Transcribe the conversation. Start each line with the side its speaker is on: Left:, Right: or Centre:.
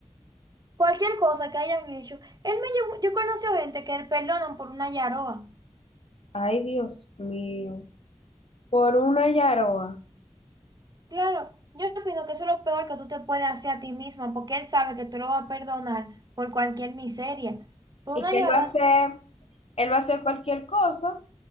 Right: cualquier cosa que hayan hecho. Él me llevó, yo he conocido gente que le perdonan por una yaroa.
Left: Ay, Dios mío. Por una yaroa.
Right: Claro, yo opino que eso es lo peor que tú te puedes hacer a ti misma, porque él sabe que tú lo vas a perdonar por cualquier miseria. Por
Left: Y
Right: una
Left: que
Right: llorona,
Left: él va a hacer, él va a hacer cualquier cosa